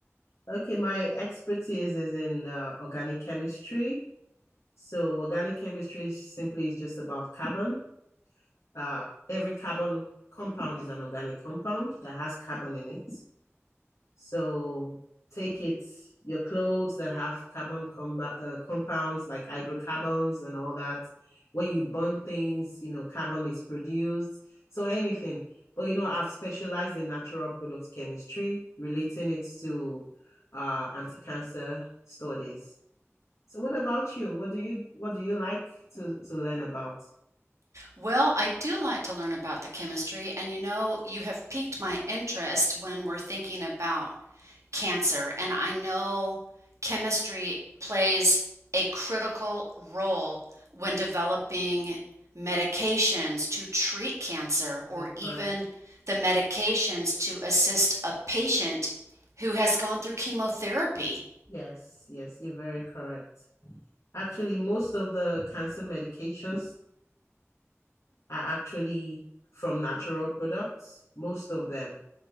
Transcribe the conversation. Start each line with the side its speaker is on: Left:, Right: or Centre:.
Left: Okay, my expertise is in uh, organic chemistry. So organic chemistry is simply is just about carbon. Uh, every carbon compound is an organic compound that has carbon in it. So take it, your clothes that have carbon comba- uh, compounds like hydrocarbons and all that. When you burn things, you know, carbon is produced. So anything. But, you know, I've specialized in natural products chemistry, relating it to uh, anti-cancer studies. So what about you? What do you what do you like to to learn about?
Right: Well, I do like to learn about the chemistry, and you know, you have piqued my interest when we're thinking about cancer. And I know chemistry plays a critical role when developing medications to treat cancer or
Left: You're
Right: even
Left: correct.
Right: the medications to assist a patient who has gone through chemotherapy.
Left: Yes, yes, you're very correct. Actually, most of the cancer medications are actually from natural products. Most of them,